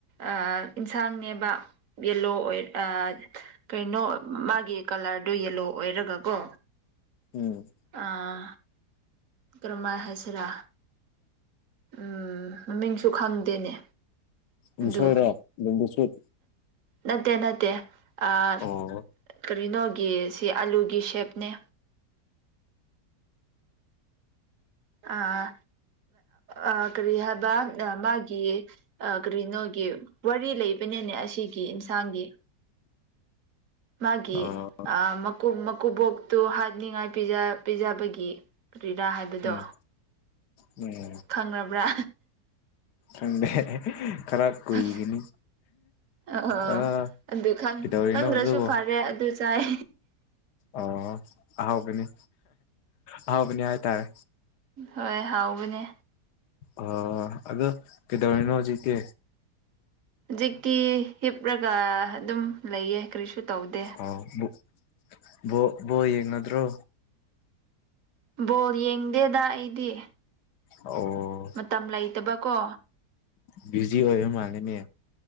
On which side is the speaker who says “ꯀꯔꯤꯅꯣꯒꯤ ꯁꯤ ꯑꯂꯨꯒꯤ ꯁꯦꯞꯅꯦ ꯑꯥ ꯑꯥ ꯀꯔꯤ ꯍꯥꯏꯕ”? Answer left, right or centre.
Right